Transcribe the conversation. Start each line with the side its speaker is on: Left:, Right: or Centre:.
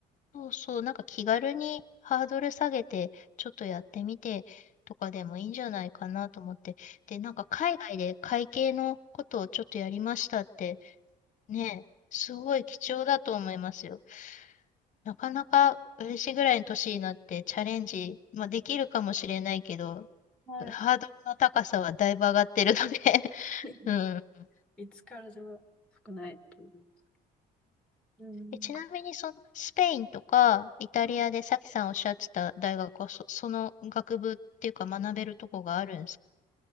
Left: そうそう、なんか気軽にハードル下げて、ちょっとやってみてとかでもいいんじゃないかなと思って。で、なんか海外で会計のことをちょっとやりましたって、ねえ、すごい貴重だと思いますよ。なかなか私ぐらいの年になってチャレンジ、まあ、できるかもしれないけど、
Centre: はい。
Left: ハードルの高さはだいぶ上がってるので <laughs>
Centre: <laughs>
Left: うん。
Centre: いつからでも少ないと思います。うん。
Left: え、ちなみにその、スペインとかイタリアでさきさんおっしゃってた大学はそ、
Centre: うん
Left: その学部っていうか学べるとこがあるんですか